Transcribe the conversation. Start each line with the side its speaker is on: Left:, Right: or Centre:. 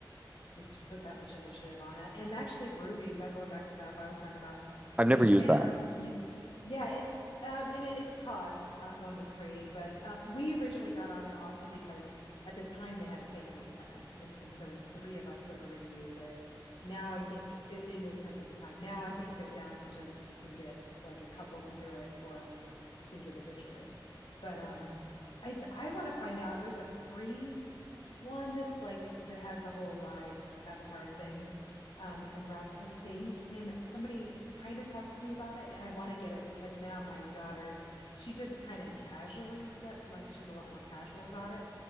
Left: just to put that much initiative on it. And actually, Ruby, but going back to that, but I was talking about
Right: I've
Left: you
Right: never used
Left: can
Right: that.
Left: up you, yeah, it's um and it, it costs. It's not one that's free, but uh, we originally got on it also because at the time they had a family plan, and since there was three of us that were going to use it, now I think it, it made sense at the time. Now I think they're down to just you can get like a couple can do it, or else it, I think individually. But um, I I want to find out. There's a free one that's like that has the whole live avatar things um and routes I think and somebody kind of talked to me about it and I want to get it because now my daughter she just kind of casually that like she's a lot more casual about it